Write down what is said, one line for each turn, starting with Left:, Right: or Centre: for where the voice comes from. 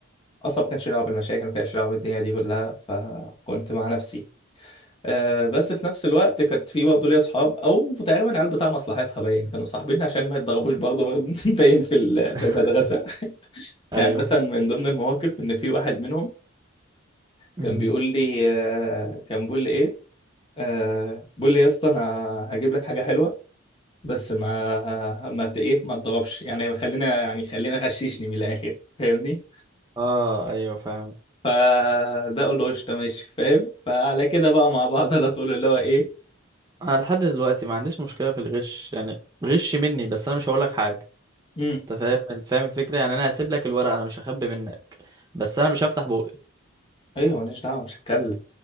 Left: اصلا ما كانش لي دعوه بالمشاكل ما كانش لي دعوه بالدنيا دي كلها فكنت مع نفسي أه بس في نفس الوقت كانت في برضه ليا اصحاب او تقريبا العيال بتاع مصلحتها باين كانوا صاحبين عشان ما يتضربوش برضه <laughs> باين في ال-
Right: <laughs>
Left: في المدرسه
Right: ايوه
Left: يعني مثلا من ضمن المواقف ان في واحد منهم
Right: مم.
Left: كان بيقول لي أه كان بيقول لي ايه أه بيقول لي يا اسطى انا هجيب لك حاجه حلوه بس ما ما ت- ايه ما تضربش يعني خلينا يعني خلينا غششني من الاخر فاهمني
Right: اه ايوه فاهم
Left: فده قول له قشطه ماشي فاهم فعلى كده بقى مع بعض على طول اللي هو ايه
Right: انا لحد دلوقتي ما عنديش مشكلة في الغش يعني غش مني بس انا مش هقول لك حاجة
Left: امم
Right: انت فاهم فاهم الفكره يعني انا هسيب لك الورقه انا مش هخبي منك بس انا مش هفتح بوقي
Left: ايوه ماليش دعوه مش هتكلم